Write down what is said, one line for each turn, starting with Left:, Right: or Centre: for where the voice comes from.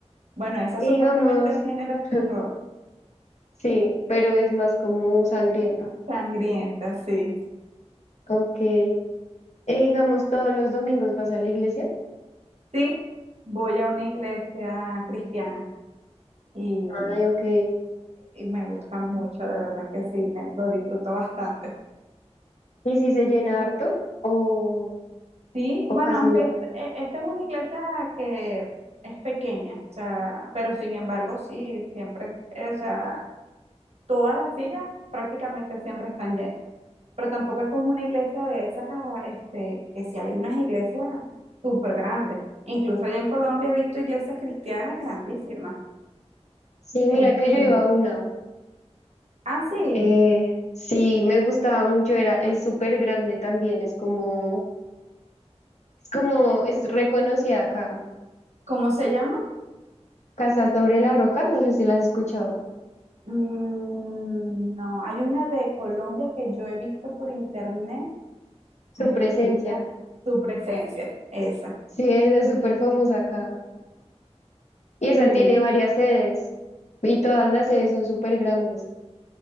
Right: Bueno, esa
Left: Y
Right: supuestamente
Left: digamos,
Right: el género es
Left: <laughs>
Right: terror,
Left: sí, pero es más como sangrienta.
Right: sangrienta, sí.
Left: Ok. Eh, digamos, todos los domingos vas a la iglesia.
Right: Sí, voy a una iglesia cristiana y,
Left: Ay, ok.
Right: y me gusta mucho, de verdad que sí, me, lo disfruto bastante.
Left: ¿Y si se llena harto o,
Right: Sí,
Left: o
Right: bueno,
Left: casi
Right: aunque
Left: no?
Right: est- e- esta es una iglesia que es pequeña, o sea, pero sin embargo, sí, siempre, eh, o sea, todas las sillas prácticamente siempre están llenas. Pero tampoco es como una iglesia de esas, ah, este, que si hay unas iglesias súper grandes. Incluso allá en Colombia he visto iglesias cristianas grandísimas.
Left: Sí,
Right: Este,
Left: mira que yo iba a una.
Right: ah, sí,
Left: Eh, sí, me gustaba mucho, era, es súper grande también, es como, es como, es reconocida acá.
Right: ¿cómo se llama?
Left: Casa sobre la Roca, no sé si la has escuchado.
Right: Mm, no, hay una de Colombia que yo he visto por internet
Left: Su
Right: Ay,
Left: presencia.
Right: pero ahorita tu presencia, esa.
Left: Sí, esa es súper famosa acá. Y esa
Right: Sí,
Left: tiene varias sedes. Y todas las sedes son súper grandes.